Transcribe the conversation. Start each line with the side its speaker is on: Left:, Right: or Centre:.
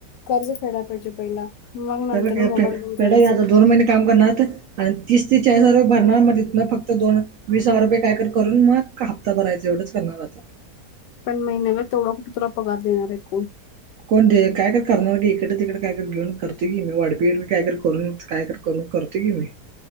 Left: कर्ज फेडायला पाहिजे पहिला मग नंतर
Right: कर्ज काय
Left: मोबाईल
Right: फेड-
Left: घेऊन फिरायचं
Right: फेडाय काय आता दोन महिने काम करणार आणि तीस ते चाळीस हजार भरणार म तितन फक्त फक्त दोन -वीस हजार रुपये काय तर करून मग हप्ता भरायचा एवढंच करणार आता
Left: पण महिन्याला तेवढा कुठे तुला पगार देणार आहे कोण?
Right: कोण दे-काय -काय तर करणार की हिकडं -तिकडं काय तर घेऊन करतो की मी वाढपी-बिडपी काय करून काय तर करून करतो की मी